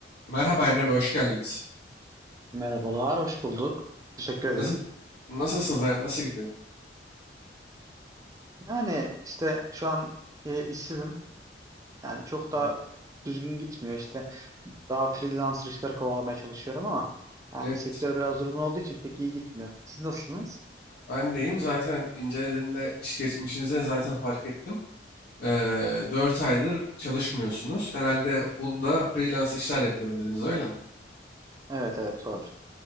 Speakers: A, on the left; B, on the right.
A: Merhaba Emre Bey, hoş geldiniz.
B: Merhabalar, hoş bulduk. Teşekkür ederim.
A: Nasıl, nasılsınız? hayat- Nasıl gidiyor?
B: Yani işte şu an e, işsizim. Yani çok da
A: Evet,
B: düzgün gitmiyor. İşte daha freelancer işler kovalamaya çalışıyorum ama yani
A: Evet,
B: sektör biraz durgun olduğu için pek iyi gitmiyor. Siz nasılsınız?
A: ben deyim. Zaten incelediğinde iş geçmişinize zaten fark ettim. Ee, 4 aydır çalışmıyorsunuz. Herhalde bunda freelance işler yapıyorum dediniz, öyle mi?
B: Evet evet doğru.